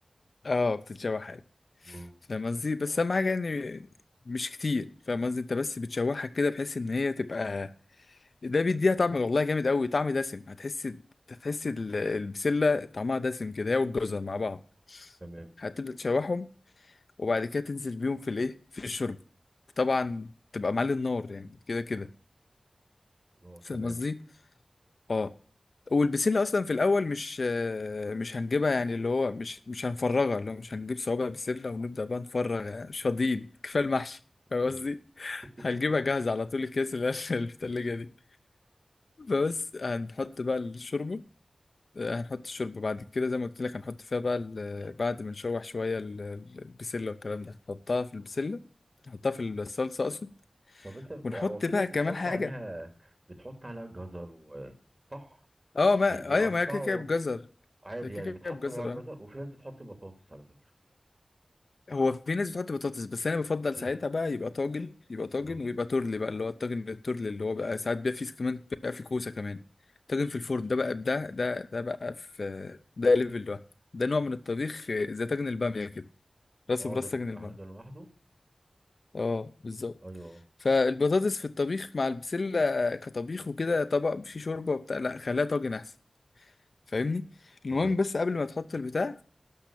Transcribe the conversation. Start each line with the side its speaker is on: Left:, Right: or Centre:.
Left: اه بتتشوح عادي
Right: مم.
Left: فاهم قصدي بس اهم حاجه يعني مش كتير فاهم قصدي انت بس بتشوحها كده بحيث ان هي تبقى ده بيديها طعم والله جامد قوي طعم دسم هتحس هتحس ال- البسله طعمها دسم كده هي والجزر مع بعض
Right: تمام
Left: هتبدا تشوحهم وبعد كده تنزل بيهم في الايه في الشرب طبعا تبقى معلي النار يعني كده كده
Right: اه
Left: فاهم
Right: تمام
Left: قصدي اه والبسله اصلا في الاول مش آه، مش هنجيبها يعني اللي هو مش مش هنفرغها اللي هو مش هنجيب صوابع بسله ونبدا بقى نفرغ يعني مش فاضيين <laughs> كفايه المحشي فاهم
Right: مم.
Left: قصدي <laughs>
Right: <laughs>
Left: هنجيبها جاهزه على طول الكيس اللي هي <laughs> في الثلاجه دي فبس هنحط بقى الشوربه آه، هنحط الشوربه بعد كده زي ما قلت لك هنحط فيها بقى ال- بعد ما نشوح شويه ال- ال- البسله والكلام ده هنحطها في البسله نحطها في الصلصه اقصد
Right: طب انت بت...
Left: ونحط
Right: هو في
Left: بقى
Right: ناس
Left: كمان
Right: بتحط
Left: حاجه
Right: عليها بتحط عليها جزر و... صح
Left: اه ما
Right: بي... بيقطعوا
Left: ايوه ما هي كيكه بجزر
Right: عادي
Left: هي كيكه
Right: يعني بيتحط
Left: بجزر
Right: معاها جزر وفي ناس بتحط بطاطس على فكرة <laughs>
Left: هو في ناس بتحط بطاطس بس انا بفضل
Right: مم.
Left: ساعتها بقى يبقى طاجن يبقى طاجن
Right: مم.
Left: ويبقى ترلي بقى اللي هو الطاجن الترلي اللي هو بقى ساعات بيبقى فيه كمان بيبقى فيه كوسه كمان طاجن في الفرن ده بقى ده ده ده بقى في ده ليفل ده ده نوع من الطبيخ آه، زي طاجن الباميه كده راسه
Right: اه
Left: براس
Right: ده بيبقى
Left: طاجن الباميه
Right: حاجة لوحده
Left: اه بالظبط
Right: ايوه
Left: فالبطاطس في الطبيخ مع البسله كطبيخ وكده طبق فيه شوربه وبتاع لا خليها طاجن احسن فاهمني
Right: تمام
Left: المهم بس قبل ما تحط البتاع